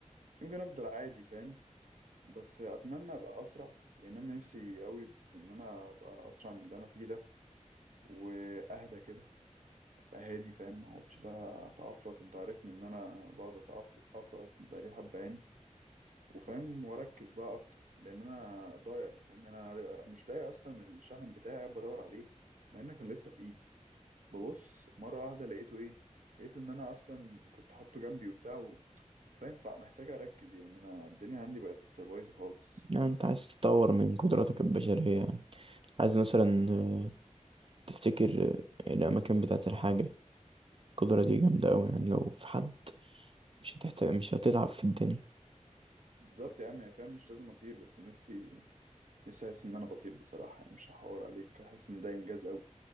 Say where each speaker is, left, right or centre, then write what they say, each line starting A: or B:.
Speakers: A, on the right (about 80°); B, on the right (about 45°).
A: يمكن افضل عادي فاهم بس اتمنى ابقى اسرع يعني انا نفسي قوي في ان انا ابقى اسرع من اللي انا فيه ده واهدى كده ابقى هادي فاهم ما اقعدش بقى اتعفرط انت عارفني ان انا بقعد أتعف- اتعفرط بقالي حبه يعني وفاهم واركز بقى اكتر لان انا ضايع فاهم انا مش لاقي اصلا الشاحن بتاعي قاعد بدور عليه مع انه كان لسه في ايدي ببص مره واحده لقيته ايه لقيته ان انا اصلا كنت حاطه جنبي وبتاع فينفع محتاج اركز يعني انا الدنيا عندي بقت بايظه خالص
B: يعني انت عايز تطور من قدراتك البشريه يعني عايز مثلا آه، تفتكر آه، الاماكن بتاعت الحاجه القدرة دي جامدة أوي يعني لو في حد مش هتحتاج مش هتتعب في الدنيا
A: بالظبط يا عم يا فاهم مش لازم اطير بس نفسي نفسي احس ان انا بطير بصراحه يعني مش هحور عليك احس ان ده انجاز قوي